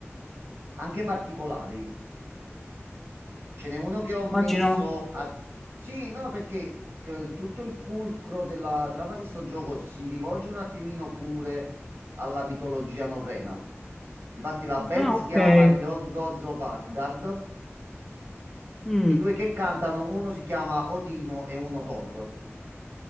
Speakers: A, on the right; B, in the centre.
A: anche particolari. Ce n'è uno che ho messo
B: Immagino.
A: a... Sì, no, perché eh, tutto il fulcro della trama di sto gioco si rivolge un attimino pure alla mitologia norrena. Difatti la band
B: Ah,
A: si
B: ok.
A: chiama gli Ok. Old Gods of Asgard
B: Mm.
A: e i due che Mm. cantano, uno si chiama Odino e uno Thor.